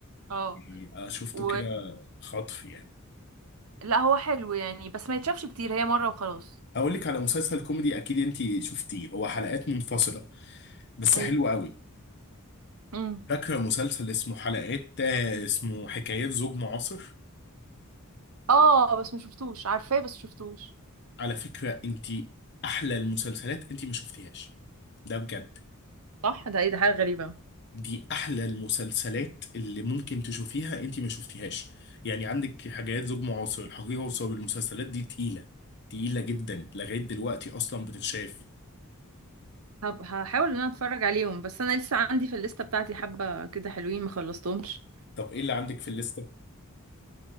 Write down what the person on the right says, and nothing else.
اه
و
لا هو حلو يعني بس ما يتشافش كتير هي مرة وخلاص
ايه
امم
اه بس ما شفتوش عارفاه بس شفتوش
صح ده ايه ده حاجة غريبة
هب هحاول ان انا اتفرج عليهم بس انا لسه عندي في الليستة بتاعتي حبة كده حلوين ما خلصتهمش